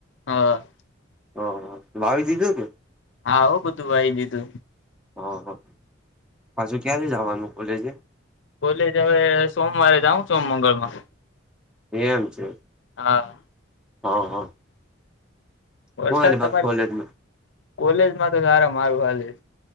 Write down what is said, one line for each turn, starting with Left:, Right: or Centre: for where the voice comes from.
Left: હ
Centre: હ હ વાવી દીધું કે
Left: હા આવું બધું વાયી લીધું
Centre: હ હ પાછું ક્યારે જવાનું કોલેજે?
Left: કોલેજ હવે સોમવારે જાઉં છો મંગળમાં
Centre: એમ છે
Left: હા
Centre: હ હ
Left: વરસાદ
Centre: હું હાલે
Left: તમારે
Centre: બાકી કોલેજમાં
Left: કોલેજમાં તો સારા હારું હાલે